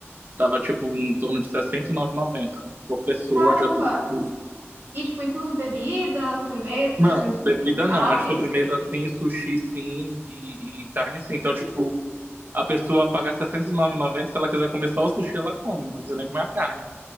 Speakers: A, on the right (about 45°); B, on the right (about 60°).
A: tava tipo em torno de R$ sessenta e nove e noventa por pessoa,
B: Caramba,
A: já tudo. incluso.
B: E, tipo, incluso bebida, sobremesa, essas
A: Não,
B: coisas
A: bebida
B: tudo.
A: não,
B: Ah,
A: mas
B: ok,
A: sobremesa
B: ok, ok.
A: sim, sushi sim e, e carne sim. Então, tipo, a pessoa paga R$ sessenta e nove e noventa, se ela quiser comer só o sushi, ela come, não precisa nem comer a carne.